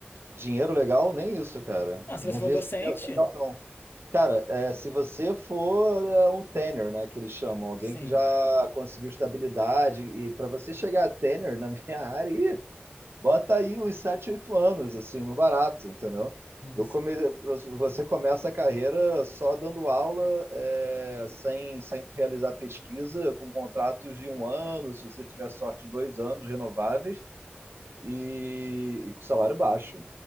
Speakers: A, on the right; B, on the left.
A: dinheiro legal? Nem isso, cara.
B: Ah, se
A: Não
B: você for
A: vi
B: docente.
A: esse dinheiro legal, não. Cara, é, se você for é, um tenor, né, que eles chamam, alguém
B: Sim,
A: que já conseguiu estabilidade, e para você chegar a tenor na <laughs> minha área, ih, bota aí uns 7, 8 anos, assim, no barato, entendeu?
B: nossa.
A: Eu come... Você começa a carreira só dando aula, é, sem, sem realizar pesquisa, com contratos de um ano, se você tiver sorte, dois anos renováveis, e, e com salário baixo